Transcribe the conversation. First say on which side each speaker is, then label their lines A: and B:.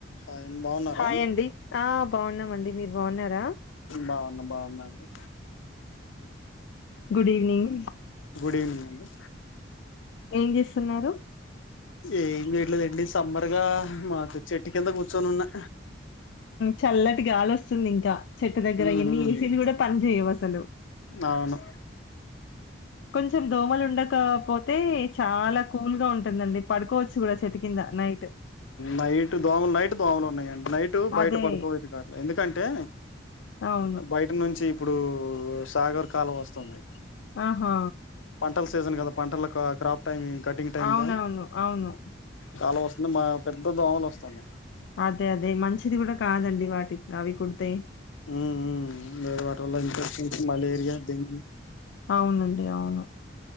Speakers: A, on the left; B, on the left.
A: Hi అండి బాగున్నారా
B: hi అండి ఆ బాగున్నామండి మీరు బాగున్నారా.
A: బాగున్నా బాగున్నా అండి
B: గుడ్ ఈవినింగ్.
A: గుడ్ ఈవినింగ్ అండి.
B: ఏం చేస్తున్నారు
A: ఏం చేయలేదండి. సమ్మర్ గా మా చెట్టు కింద కూర్చొని ఉన్నా,
B: చల్లటి గాలి వస్తుంది. ఇంకా చెట్టు దగ్గర
A: ఉమ్
B: ఎన్ని
A: ఉమ్
B: ఏసీలు కూడా పని చేయవు అసలు
A: అవును.
B: కొంచెం దోమలు ఉండకపోతే చాలా కూల్ గా ఉంటుంది ఉంటుందండి పడుకోవచ్చు కూడా చెట్టు కింద. నైట్
A: నైట్ దోమలు నైట్ దోమలు ఉన్నాయండి నైట్ బయట
B: అదే
A: పడుకోబుద్ధి కాట్లే ఎందుకంటే
B: అవును
A: బయట నుంచి ఇప్పుడు సాగర్ కాలువ వస్తుంది.
B: ఆహా
A: పంటల సీజన్ కదా పంటలు క్రాప్ టైమ్ కటింగ్ టైమ్
B: అవునవును
A: కా
B: అవును
A: కాలువ వస్తుంది బాగా పెద్ద దోమలు వస్తున్నాయి.
B: అదే అదే మంచిది కూడా కాదండి వాటి అవి కుడితే.
A: ఉ ఉ వాటి వల్ల ఇన్ఫెక్షన్స్ మలేరియా డెంగ్యూ.
B: అవునండి అవును